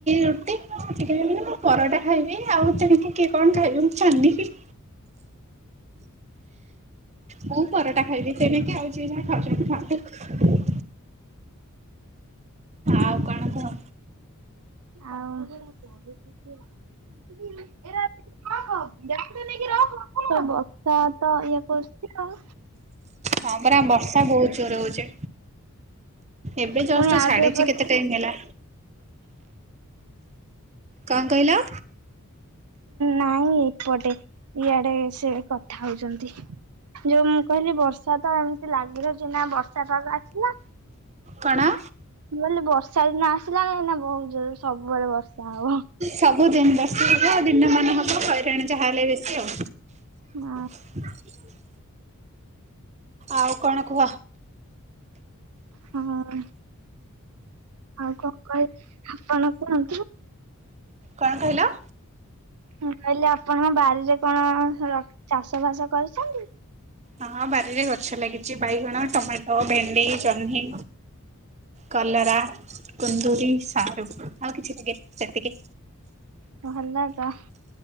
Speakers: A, on the right; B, on the right.
A: -ରୁଟି ଖାଇନା ମୁଁ ପରଟା ଖାଇବି ଆଉ ସେମିତି କିଏ କଣ୍ ଖାଇବ ମୁଁ ଜାଣିନି। ମୁଁ ପରଟା ଖାଇବି ତେଣିକି ଆଉ ଯିଏ ଯାହା ଖାଉଚନ୍ତି ଖାଆନ୍ତୁ। ଆଉ କଣ କୁହ?
B: ଆଉ <unintelligible> ବର୍ଷା ତ ଇଏ କରୁଚି ଆଉ।
A: ହଁ ପରା ବର୍ଷା ବହୁତ୍ ଜୋର୍ ହଉଚି। ଏବେ ଜଷ୍ଟ୍
B: ପୁଣି ଆଉ
A: ଛାଡିଚି
B: ଟିକେ ପରେ
A: କେତେ ଟାଇମ୍ ହେଲା। କଅଁ କହିଲ?
B: ନାଇଁ ଏପଟେ ଇଆଡେ ସେ କଥା ହଉଚନ୍ତି। ଯଉ ମୁଁ କହିଲି ବର୍ଷା ତ ଏମିତି ଲାଗି ରହୁଚି ଏଇନା ବର୍ଷା ପାଗ ଆସିଲା।
A: କଣ?
B: ମୁଁ କହିଲି ବର୍ଷା ଦିନ ଆସିଲା ଏଇନା ବହୁତ୍ ଜୋର୍ ସବୁବେଳେ ବର୍ଷା ହବ।
A: ସବୁଦିନ ବର୍ଷ ହେବ ଦିନମାନ ହେବ ହଇରାଣ ଯାହା ହେଲେ ବେଶୀ ଆଉ
B: ହଁ
A: ହଁ ଆଉ କଣ କୁହ
B: ହଁ ଆଉ କଣ କହି- ଆପଣ କୁହନ୍ତୁ?
A: କଣ କହିଲ
B: ମୁଁ କହିଲି ଆପଣ ବାରିରେ କଣ ର -ଚାଷ ବାସ କରିଛନ୍ତି।
A: ହଁ ବାରିରେ ଗଛ ଲାଗିଛି ବାଇଗଣ ଟମାଟୋ ଭେଣ୍ଡି ଜହ୍ନି କଲରା କୁନ୍ଦୁରି ସାରୁ ଆଉ କିଛି ଟିକେ ସେତିକି
B: ଭଲ ତ